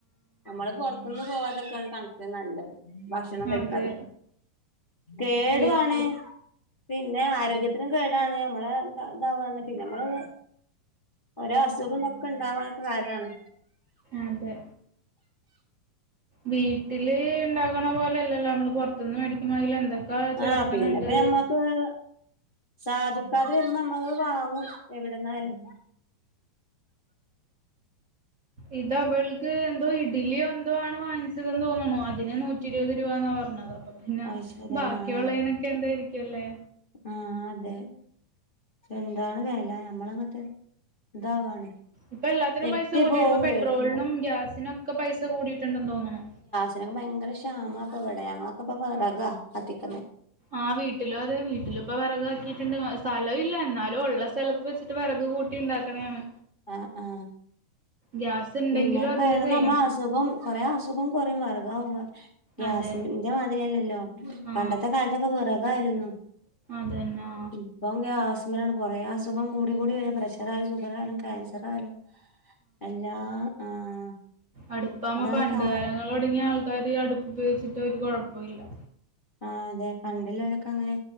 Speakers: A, on the left (about 40°); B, on the right (about 40°).
A: നമ്മള് പൊർത്ത്ന്ന് പോവാതൊക്കാണ് കൺക്കിന് നല്ലത്. ഭക്ഷണം കഴിക്കാതെ
B: അതെ
A: കേടുവാണ്.
B: വീട്ടില്
A: പിന്നെ ആരോഗ്യത്തിനും കേടാണ്. മ്മളെ ഇതാവാന്ന പിന്നെ നമ്മള് ഒരോ അസുഖംന്നൊക്കെ ഇണ്ടവാനൊക്കെ കാരണാണ്.
B: അതെ വീട്ടില് ഇണ്ടാ ക്ക്ണ പോലെല്ലല്ലോ നമ്മള് പൊർത്ത്ന്ന് മേടിക്കുമോ അയ്ൽ എന്തൊക്കാ
A: ആ
B: ചേർക്കണ്
A: പിന്നെപ്പ
B: ണ്ട്.
A: ഞമ്മക്ക് സാധിക്കാതെ വരുമ്പോ നമ്മള് വാങ്ങും എവിടന്നായാലും.
B: ഇത് അവൾക്ക് എന്തോ ഇഡലി എന്തോ ആണ് വാങ്ങിച്ചതന്ന് തോന്നുണു അതിന് നൂറ്റി ഇരുപത് രൂപാന്നാ പർഞ്ഞതാ പിന്നെ
A: അത് ശരി
B: ബാക്കിയുള്ളേനൊക്കെ
A: ആഹ്
B: എന്തായിരിക്കുംല്ലേ
A: ആഹ് അതെ എന്താണ് വെല നമ്മളങ്ങട്ട് ഇതാവാണ്
B: ഇപ്പൊ എല്ലാത്തിനും
A: ഞെട്ടി
B: പൈസ കൂടിയിട്ട്
A: പോവും
B: ഇപ്പൊ പെട്രോളിനും
A: കേൾക്കുമ്പോ
B: ഗ്യാസിനും ഒക്കെ പൈസ കൂടിയിട്ടുണ്ടെന്ന് തോന്നുണു.
A: ഇതിനൊക്കെ ഭയങ്കര ക്ഷാമ ഇപ്പ ഇവടെ ഞങ്ങളൊക്കെ ഇപ്പൊ വെറകാ കത്തിക്കുന്ന
B: ആഹ് വീട്ടിലും അതെ വീട്ടില് പ്പൊ വെറകാക്കിയിട്ടുണ്ട് മസാല ഇല്ല എന്നാലും ഉള്ള സ്ഥലത്ത് വെച്ചിട്ട് വിറക് കൂട്ടി ഉണ്ടാക്കണാണ്
A: അഹ് ആഹ്
B: ഗ്യാസ് ഉണ്ടെങ്കിലും
A: പിന്നെ
B: അതില്
A: കഴിത്
B: ചെയ്യണം
A: നമ്മ അസുഖം കൊറേ അസുഖം കൊറിം വറകാവുമ്പ ഗ്യാസ്
B: അതെ
A: ൻ്റെ മാതിരിയല്ലല്ലോ
B: ആ
A: പണ്ടത്തെ കാലത്തൊക്കെ വറകായിരുന്നു
B: അത് തന്നാ
A: ഇപ്പം ഗ്യാസുമലാണ് കൊറേ അസുഖം കൂടി കൂടി വര പ്രഷറായാലും ഷുഗറായാലും ക്യാൻസറായാലും എല്ലാ ആഹ്
B: അടുപ്പാവ്മ്മ
A: അതാണ്
B: പണ്ട്
A: കാലം
B: കാലങ്ങൾ തൊടങ്ങിയ ആൾക്കാര് അടുപ്പ് ഉപയോഗിച്ചിട്ട് ഒര് കൊഴപ്പൊല്ലാ
A: ആഹ് അതെ പണ്ട്ള്ളോരക്ക അങ്ങനെ